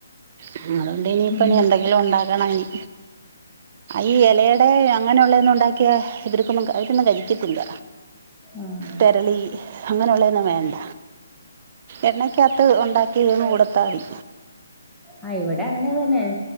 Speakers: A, on the right; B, in the centre.
A: ആഹ് അതുകൊണ്ട് ഇനി പ്പനി
B: ഉം
A: എന്തെങ്കിലും ഉണ്ടാക്കണം ഇനി. ഈ എലേടെ അങ്ങനുള്ളേന്നു ണ്ടാക്കിയാ ഇവർക്കൊന്നും അവരൊന്നും കഴിക്കത്തില്ല.
B: ആഹ്
A: തെരളി അങ്ങനെയുള്ളന്നും വേണ്ട എണ്ണ കത്ത് ഉണ്ടാക്കിരുന്നു കൊടുത്താതി.
B: ആഹ് ഇവടെ അങ്ങനെ തന്നെ.